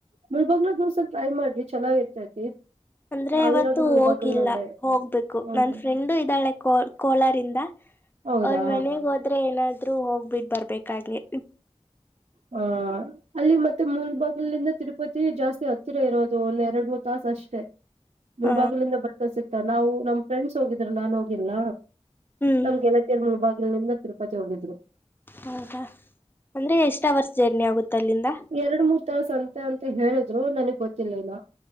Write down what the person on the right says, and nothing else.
ಮುಳ್ ಬಾಗಿಲ್ ದೊಸಾ ಟ್ರೈಮಾಡ್ರಿ ಚೆನ್ನಾಗಿ ಇರ್ತೈತಿ
ನಾವಿರೋದು
ಮುಳಬಾಗಲ್ನಲ್ಲೇ
ಹೌದು
ಹೌದಾ
ಹಾ ಅಲ್ಲಿ ಮತ್ತೆ ಮೂಲಬಾಗಲಿಂದ ತಿರುಪತಿ ಜಾಸ್ತಿ ಹತ್ತಿರ ಇರೋದು ಒಂದ್ ಎರಡ್ ಮೂರ್ ತಾಸ ಅಷ್ಟೇ ಮುಲಬಾಗಲಿಂದ
ಬರ್ತಾ ಸಿಗ್ತ ನಾವು ನಮ್ ಫ್ರೆಂಡ್ಸ್ ಹೋಗಿದ್ರ ನಾನ್ ಹೋಗಿಲ್ಲ
ನಮ್ಗೆಲ ಮುಳಭಾಗಿಂದ ತಿರುಪತಿ ಹೋಗಿದ್ರು
ಎರಡು ಮೂರ್ ತಾವಸಂತೆ ಅಂತ ಹೇಳಿದ್ರು ನನಗ್ ಗೊತ್ತಿಲ್ಲ ಇನ್ನ